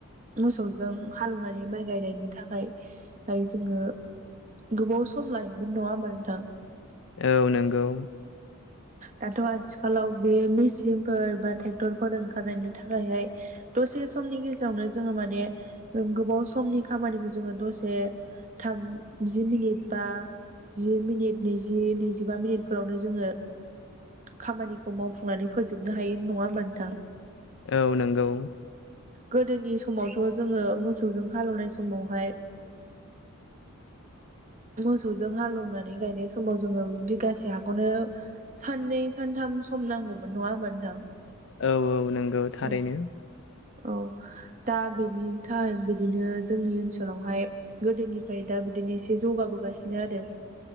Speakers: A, on the right; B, on the left.
A: मोसौजों हालौनानै माइ गायनायनि थाखाय जोङो गोबाव सम लायोमोन नङा होमबा नोंथां
B: औ नंगौ
A: दाथ' आथिखालाव बेयो मेसिनफोर बा ट्रेक्टरफोर ओंखारनायनि थाखायहाय दसे समनि गेजेरावनो जोङो माने गोबाव समनि खामानिखौ जोङो दसे थाम जि मिनिट बा जि मिनिट नैजि नैजिबा मिनिटफोरावनो जोङो खामानिखौ मावफुंनानै फोजोबनो हायो नङा होनबा नोंथां
B: औ नंगौ
A: गोदोनि समावथ' जोङो मोसौजों हालौवनाय समावहाय मोसौजों हालौनानै गायनाय समाव जोङो बिगासे हा खौनो साननै सानथाम सम नांगौमोन नङा होमबा नोंथां
B: औ औ नंगौ थारैनो
A: औ औ दा बेनि थाखाय बिदिनो जोंनि ओनसोलावहाय गोदोनिफ्राय दा बिदिनो एसे जौगा बोगासिनो आरो